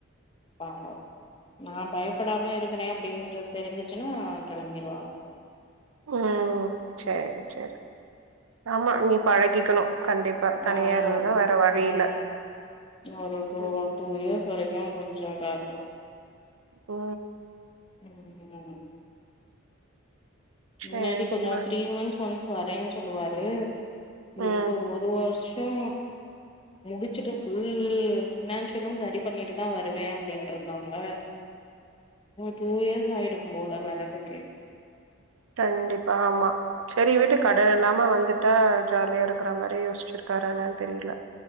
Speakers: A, on the left (about 25°); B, on the right (about 80°).
A: வாங்க நா பயப்படாம இருக்கிறே அப்படின்ற தெரிஞ்சிச்சுன்னா கெளம்பிருவாங்க
B: ம் சரி சரி ஆமா நீ பழகிக்கணு கண்டிப் தனியார்னா
A: ஆமா
B: வேற வழியில
A: ம் ஒரு டூ
B: ம்
A: டூ இயர்ஸ் வரைக்குன்னாலு கொஞ்சோ இதா இருக்கணு
B: ஓ
A: ம் ம்
B: சரிம்மா
A: முன்னாடி கொஞ்சோ த்ரீ மந்த்ஸ் ஒன்ஸ் வரேன்னு சொல்லுவாரு
B: ம்
A: இப்போ ஒரு வருஷ் உ முடிச்சுட்டு ஃபுல் பினான்சியலும் சரி பண்ணிட்டு தா வருவே அப்படின்றக்காங்க டூ இயர்ஸ் ஆயிடும் போல வரதுக்கே
B: கண்டிப்பா ஆமா சரி வீட்டு கடன் இல்லாம வந்துட்டா ஆ ஜாலியா இருக்கிற மாரி யோசிச்சிருக்காரா என்னனு தெரியல